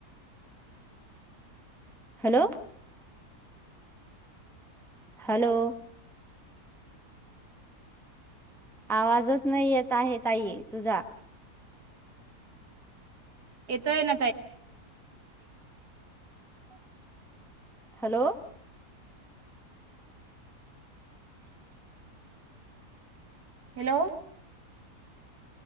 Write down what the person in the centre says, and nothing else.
हॅलो हॅलो आवाजच नाही येत आहेत ताई तुझा
हॅलो